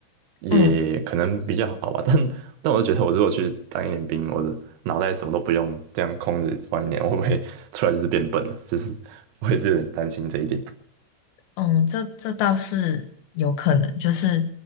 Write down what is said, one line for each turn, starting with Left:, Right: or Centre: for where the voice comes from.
Right: 也可能比较好吧。
Left: 嗯
Right: <laughs> 但但我就觉得，我如果去当一年兵，我的脑袋什么都不用，这样空着放一年，我会不会出来就是变笨了？就是我也是有点担心这一点。
Left: 嗯，这这倒是有可能，就是